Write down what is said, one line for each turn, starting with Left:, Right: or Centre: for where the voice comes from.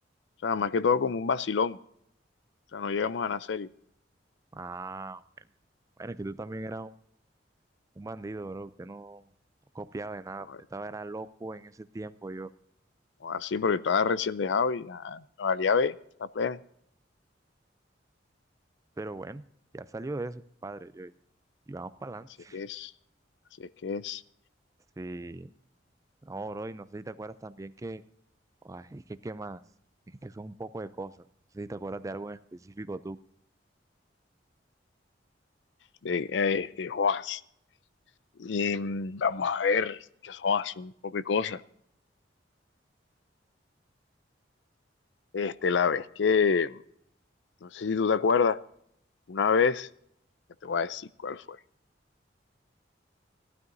Left: sea, más que todo como un vacilón. O sea, no llegamos a nada serio.
Right: Ah, bueno. Bueno, es que tú también eras un, un bandido, bro, que no, no copiaba de nada,
Left: No,
Right: estaba era loco en ese tiempo yo.
Left: no así porque estaba recién dejado y ah, nos valía ver, la plena.
Right: Pero bueno, ya salió de eso, compadre, yo, y, y vamos para adelante.
Left: Así es que es, así es que es.
Right: Sí, no, bro, y no sé si te acuerdas también que, ay, es que qué más, es que son un poco de cosas. No sé si te acuerdas de algo en específico tú.
Left: de, eh, de Joas. Y mm, vamos a ver, que son un poco de cosas. Este, la vez que, no sé si tú te acuerdas, una vez, ya te voy a decir cuál fue.